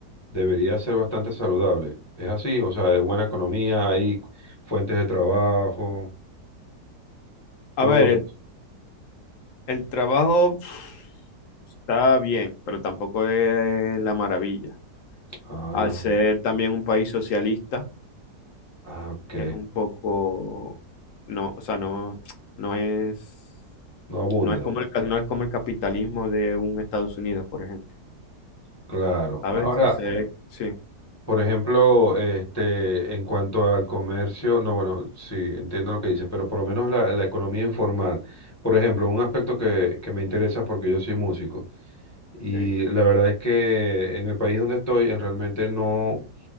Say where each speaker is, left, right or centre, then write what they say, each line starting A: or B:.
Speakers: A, on the left; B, on the left.
A: debería ser bastante saludable. ¿Es así? O sea, es buena economía, hay fuentes de trabajo. ¿Cómo
B: A ver,
A: lo
B: el,
A: ves?
B: el trabajo pf, está bien, pero tampoco es la maravilla.
A: Ah,
B: Al ser también un país socialista,
A: ah, ok.
B: es un poco, no, o sea, no, no es,
A: No abunda.
B: no es como el, ca- no es como el capitalismo de un Estados Unidos, por ejemplo.
A: Claro.
B: ¿Sabes?
A: Ahora,
B: Ese, sí.
A: por ejemplo, este, en cuanto al comercio, no, bueno, sí, entiendo lo que dices, pero por lo menos la, la economía informal. Por ejemplo, un aspecto que, que me interesa porque yo soy músico. Y
B: ok.
A: la verdad es que en el país donde estoy, en realmente no,